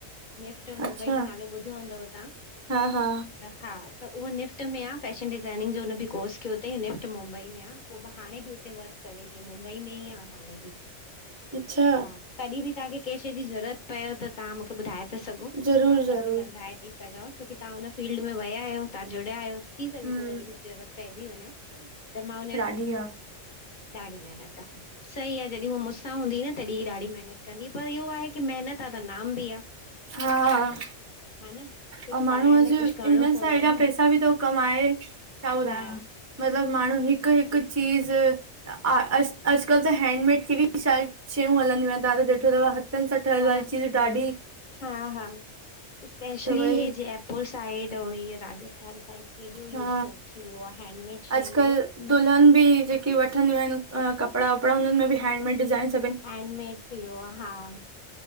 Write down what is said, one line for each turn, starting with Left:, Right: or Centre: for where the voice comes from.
Left: निफ्ट मुंबई,
Right: अच्छा
Left: जो नालो ॿुध्यो हूंदव ता?
Right: हा हा
Left: हा त उअ निफ्ट में आ, फैशन डिजाइनिंग जो हुन बि कोर्स कयो तई निफ्ट मुंबई में आ उह त हाणे बि हुते वर्क करे ती मुंबई में ही आ, हाणे बि,
Right: अच्छा
Left: हा। कॾी बि तांखे कैं शे जी ज़रूरत पऐ त तां मुखे ॿुधाए ता सघो,
Right: ज़रूरु
Left: मां तां
Right: ज़रूरु
Left: सां ॻलाए थी सघांव छोकि तां उन फील्ड में वया आयो, तां जुड़्या आयो। थी सघे
Right: हम्म
Left: थो कॾी कुछ ज़रूरत पइजी वञेव, त मां हुन
Right: दीया
Left: ॾाडी मेहनत आ सही आ जॾी हू मूंसां हूंदी न तॾी ही ॾाढी मेहनत कंदी ही, पर इहो आ कि मेहनत आ त नाम बि आ।
Right: हा
Left: हा न कुझु
Right: अउ माणूं
Left: पाइण
Right: अॼ
Left: लाइ कुझु करिणो
Right: हिनन सां
Left: पवंदो
Right: हेॾा
Left: आ न
Right: पैसा बि थो कमाए, छा ॿुधायांव
Left: हा
Right: मतलब माणूं, हिक हिक चीज़ अॼकल त हैंडमेड खे बि छा शयूं हलंदियूं आएन, तवां त ॾिठो तव हथन सां ठयल
Left: हा
Right: वारी चीज़ ॾाडी
Left: हा हा, स्पेशली
Right: भई
Left: हे जेप पुर साइड ऐं इ राजस्थान साइड, केॾो
Right: हा
Left: इओ स्कोप थी विओ आ हैंडमेड शयुन
Right: अॼुकल्ह
Left: जो
Right: दुल्हन बि जेकी वठंदियूं आएन, अ कपड़ा वपड़ा हुनन में बि हैंडमेड डिज़ाइंस
Left: हैंडमेड थी यो आ, हा